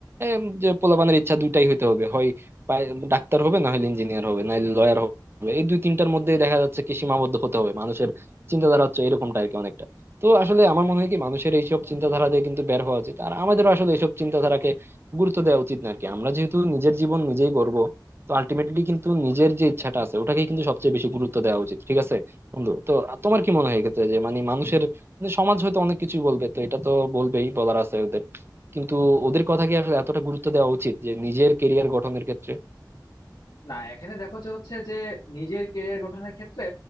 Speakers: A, on the right (about 30°); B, on the left (about 75°).
A: এম, যে পোলাপানের ইচ্ছা দুইটাই হইতে হবে হয় পাই- ডাক্তার হবে না হলে ইঞ্জিনিয়ার হবে নাহলে লয়ার হবে এই দুই তিনটার মধ্যেই দেখা যাচ্ছে কি সীমাবদ্ধ হতে হবে মানুষের চিন্তাধারা হচ্ছে এরকমটা আর কি অনেকটা তো আসলে আমার মনে হয় কি মানুষের এইসব চিন্তাধারা থেকে কিন্তু বের হওয়া উচিত আর আমাদেরও আসলে এইসব চিন্তাধারাকে গুরুত্ব দেওয়া উচিত না আর কি আমরা যেহেতু নিজের জীবন নিজেই গড়বো তো আলটিমেটলি কিন্তু নিজের যে ইচ্ছাটা আছে ওটাকে কিন্তু সবচেয়ে বেশি গুরুত্ব দেওয়া উচিত ঠিক আছে বন্ধু তো তোমার কি মনে হয় এক্ষেত্রে যে মানে মানুষের মানে সমাজ হয়তো অনেক কিছুই বলবে তো এটা তো বলবেই বলার আছে ওদের কিন্তু ওদের কথা কি আসলে এতটা গুরুত্ব দেওয়া উচিত যে নিজের কেরিয়ার গঠনের ক্ষেত্রে
B: না এখানে দেখো যে হচ্ছে যে নিজের কেরিয়ার গঠনের ক্ষেত্রে